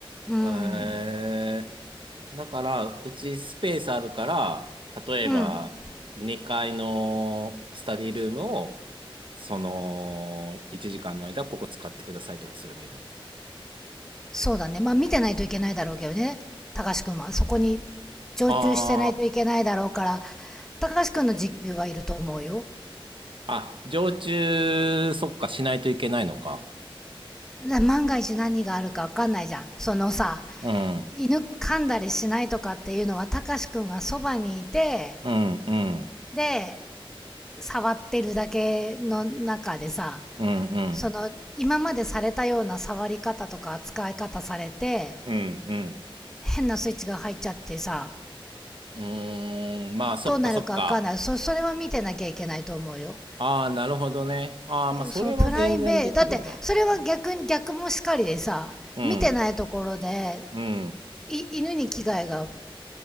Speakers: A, in the centre; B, on the right.
A: うん。
B: へえだから、うちスペースあるから、例えば2階のスタディルームを、
A: うん。
B: その1時間の間、ここ使ってくださいとかすればいいのかな。
A: そうだね。まあ見てないといけないだろうけどね。高橋くんは。そこに常駐してないといけないだろうから、
B: ああ、
A: 高橋くんの時給はいると思うよ。
B: あ、常駐、そっか、しないといけないのか。
A: だ万が一何があるかわかんないじゃん。そのさ、
B: うん、
A: 犬噛んだりしないとかっていうのは、高橋くんがそばにいて、
B: うん、うん、
A: で、触ってるだけの中でさ、
B: うん、うん、
A: その、今までされたような触り方とか扱い方されて、
B: うん、うん。
A: 変なスイッチが入っちゃってさ、
B: うーん、まあ、そっか、
A: どうなるかわかんない。
B: そっか。
A: そ、それは見てなきゃいけないと思うよ。
B: ああ、なるほどね。ああ、まあ、それは全然できるな。
A: そのプライベート、だって、それは逆に、
B: うん、
A: 逆もしかりでさ、
B: うん、
A: 見てないところで、
B: うん。
A: い、犬に危害が